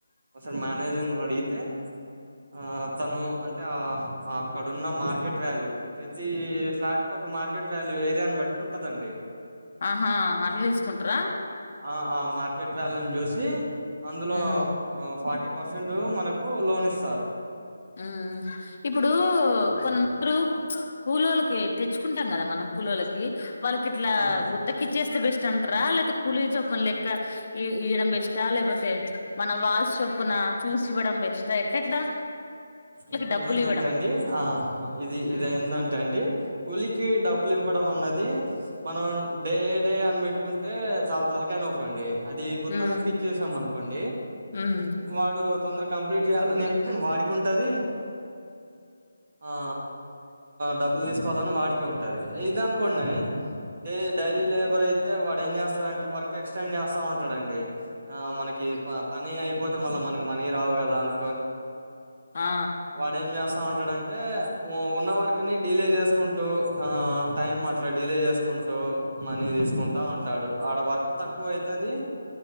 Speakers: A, on the right; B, on the left.
A: ఒకసారి మేనే మేనేజర్ ను అడిగితే ఆ తను అంటే ఆ ఆ అక్కడున్న మార్కెట్ వాల్యూ ప్రతి ఫ్లాట్ కు ఒక మార్కెట్ వాల్యూ ఏరియాని బట్టి ఉంటదండి
B: ఆహా అట్ల తీసుకుంటర
A: ఆ ఆ మార్కెట్ వ్యాల్యూని చూసి అందులో
B: ఉమ్
A: ఫా ఫిఫ్టీ పర్సెంట్ మనకు లోన్ ఇస్తారు
B: ఉ ఇప్పుడు
A: ఉమ్.
B: కొన్నిమరు కూలోలకి తెచ్చుకుంటాం కదా మనం కూలోలకి వాళ్ళకి ఇట్లా
A: అవును
B: గుత్తకిచ్చేస్ బెస్ట్ అంటార లేపోతే కూలి చొప్పులు లెక్క ఇయడం బెస్టా లేకపోతే మన వా చొప్పున చూసి ఇవ్వడం బస్ట్ ఎట్లా
A: ఇంకోటి
B: డబ్బులు
A: ఏందంటే
B: ఇవ్వడం
A: అండి ఆ ఇది
B: మ్మ్
A: ఇదేందంటే అండి కూలికి డబ్బులు ఇవ్వడం అన్నది మనం డే డే అని పెట్టుకుంటే చాలా తాల అనికోండి అది గుత్త
B: మ్మ్
A: కి ఇచ్చేసాం అనుకోండి
B: మ్మ్
A: వాడు తొందర కంప్లీట్ చేయాలని వాడికుటది ఆ డబ్బులు తీసుకోవాలని వాడికి ఉంటది ఇదానికి న్నాయి డైలీ లేబర్ అయితే వాడు ఏం చేస్తాడంటే వర్క్ ఎక్స్టెండ్ చేస్తా ఉంటాడుండి ఆ మనకి పని అయిపోతే ళ్ల్ మన మనీ రావు కదా అను
B: ఆ
A: వాడే స్తా ఉంటాడుంటే ఉన్న వరకుని డీలే చేసుకుంటూ ఆ టైం అట్లా డడిలే చేసుకుంటూ మనీ తీసుకుంటు ఉంటాడు ఆడ వర్క్ క్ తక్కువ అవుతది